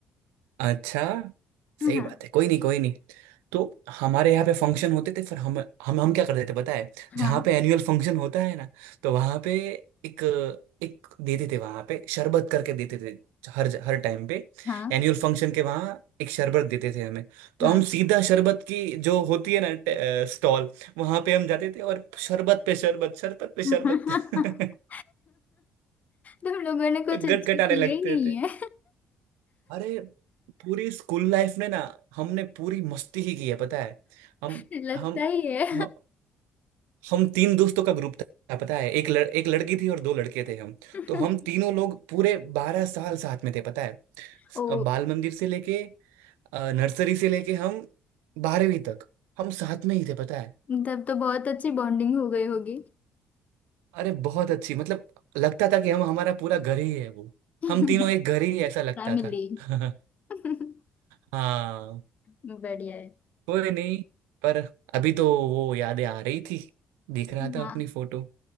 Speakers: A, on the right; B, on the left.
A: अच्छा सही
B: हाँ
A: बात है कोई नहीं कोई नहीं तो हमारे यहाँ पे फंक्शन होते थे फिर हम हम हम क्या करते थे पता है
B: हाँ
A: जहाँ पे एनुअल फंक्शन होता है ना तो वहाँ पे एक एक देते थे वहाँ पे शरबत करके देते थे हर हर टाइम पे
B: हाँ
A: एनुअल फंक्शन के वहाँ एक शरबत देते थे हमें तो
B: हाँ
A: हम सीधा शरबत की जो होती है ना स्टॉल वहाँ पे हम जाते थे और शरबत पे शरबत शरबत पे शरबत
B: हाँ। <laughs> तुम लोगों ने
A: <laughs>
B: कुछ अच्छा
A: गटगटाने
B: किया
A: लगते
B: ही नहीं है
A: अरे पूरी स्कूल लाइफ में ना हमने पूरी मस्ती ही की है पता है हम
B: <laughs> लगता
A: हम
B: ही है
A: हम हम तीन दोस्तों का ग्रुप था पता है एक लड़, एक लड़की थी और दो लड़के थे हम
B: <laughs>
A: तो हम तीनों लोग पूरे बारह साल साथ में थे पता है स-
B: ओ
A: बाल मंदिर से लेके अ, नर्सरी से लेके हम बारहवीं तक हम साथ में ही थे पता है
B: तब तो बहुत अच्छी बॉन्डिंग हो गई होगी
A: अरे बहुत अच्छी मतलब लगता था कि हम हमारा पूरा घर ही है वो
B: <laughs>
A: हम तीनों एक घर ही है, ऐसा लगता
B: फैमिली
A: था <laughs>
B: <laughs>
A: हाँ
B: बढ़िया है
A: कोई नहीं पर अभी तो वो यादें आ रही थी देख रहा था
B: हाँ
A: अपनी फोटो